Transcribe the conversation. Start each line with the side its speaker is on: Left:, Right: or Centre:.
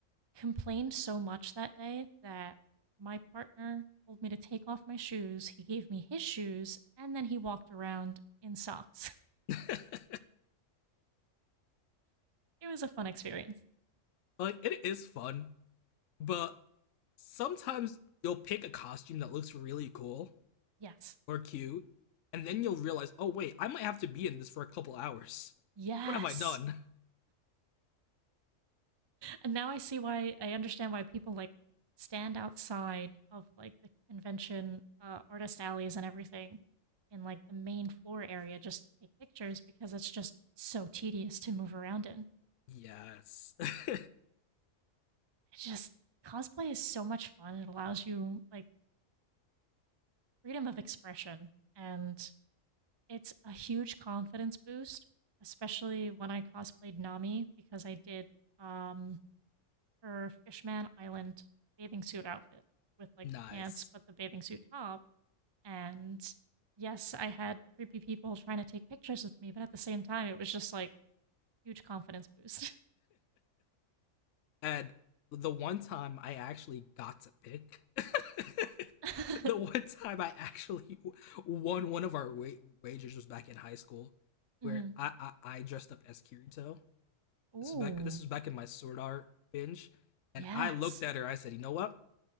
Right: complained so much that day that my partner told me to take off my shoes. He gave me his shoes, and then he walked around in socks.
Left: <laughs>
Right: It was a fun experience.
Left: like it is fun, but sometimes you'll pick a costume that looks really cool
Right: Yes.
Left: or cute, and then you'll realize, oh wait, I might have to be in this for a couple hours.
Right: Yes.
Left: What have I done?
Right: And now I see why I understand why people like stand outside of like the convention uh, artist alleys and everything in like the main floor area just to take pictures because it's just so tedious to move around in.
Left: Yes. <laughs>
Right: It's just cosplay is so much fun. It allows you like freedom of expression and it's a huge confidence boost, especially when I cosplayed Nami because I did um her Fishman Island bathing suit outfit with like
Left: nice.
Right: the pants, but the bathing suit top. And yes, I had creepy people trying to take pictures with me, but at the same time, it was just like huge confidence boost.
Left: And the one time I actually got to pick, <laughs>
Right: <laughs>
Left: the one time I actually won one of our wagers was back in high school,
Right: hmm
Left: where I, I I dressed up as Kirito.
Right: Ooh,
Left: This was back this was back in my Sword Art binge, and
Right: yes.
Left: I looked at her. I said, "You know what?